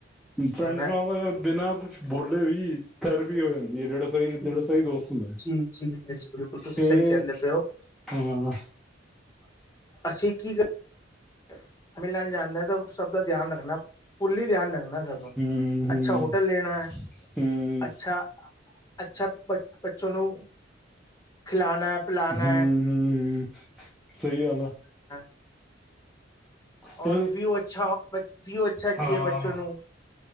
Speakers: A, in the centre; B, on the left.
A: ਫਰੈਂਡਸ
B: ਮੈਂ
A: ਨਾਲ ਤਾ ਬਿਨਾ ਕੁਛ ਬੋਲੇ ਵੀ ਥੈਰੇਪੀ ਹੋ ਹੈ ਜਿਹੜਾ ਸਹੀ ਜਿਹੜਾ
B: ਜੀ,
A: ਸਹੀ ਦੋਸਤ ਹੁੰਦਾ
B: ਜੀ, ਜੀ, ਬਿਲਕੁਲ, ਤੁਸੀਂ
A: ਤੇ
B: ਸਹੀ ਕਹਿੰਦੇ ਪਏ ਹੋ।
A: ਹਾਂ ਹਮ
B: ਅਸੀਂ ਕੀ ਕਰ ਤਾਮਿਲਨਾਡੂ ਜਾਣਦਾ, ਤਾਂ ਸਭ ਦਾ ਧਿਆਨ ਰੱਖਣਾ ਫੁੱਲੀ ਧਿਆਨ ਰੱਖਣਾ।
A: ਹਮ
B: ਅੱਛਾ, ਹੋਟਲ ਲੈਣਾ ਹੈ,
A: ਹਮ
B: ਅੱਛਾ-ਅੱਛਾ ਬੱਚੋਂ ਨੂੰ ਖਿਲਾਣਾ ਹੈ ਪਿਲਾਣਾ
A: ਹੂੰ। ਸਹੀ ਗੱਲ ਆ।
B: ਹਾਂ।
A: ਤੇ
B: ਰ ਵਿਊ ਅੱਛਾ, ਵਿਊ ਅੱਛਾ ਚਾਹੀਏ
A: ਹਾਂ।
B: ਹੈ, ਬੱਚੋ ਨੂੰ